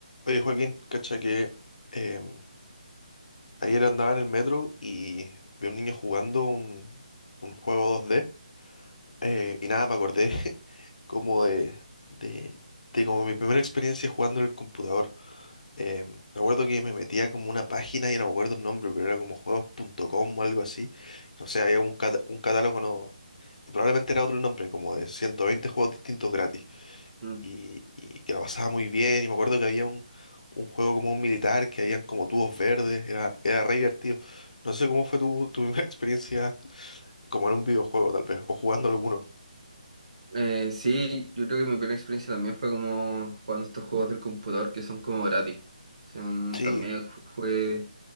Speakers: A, on the left; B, on the right.
A: Oye, Joaquín, cacha que em, ayer andaba en el metro y vi a un niño jugando un, un juego 2D eh, y nada, me acordé <laughs> como de, de, de como mi primera experiencia jugando en el computador. Em, me acuerdo que me metía como una página y no me acuerdo el nombre, pero era como juegos.com o algo así. No sé, había un, cata- un catálogo, no, probablemente era otro nombre, como de 120 juegos distintos gratis
B: Mm.
A: y, y que la pasaba muy bien. Y me acuerdo que había un, un juego como un militar, que habían como tubos verdes, era, era re divertido. No sé cómo fue tu, tu <laughs> primera experiencia como en un videojuego, tal vez, o jugando alguno.
B: Eh, sí, yo creo que mi primera experiencia también fue como jugando estos juegos del computador que son como gratis. Son-
A: Sí,
B: también ju- jugué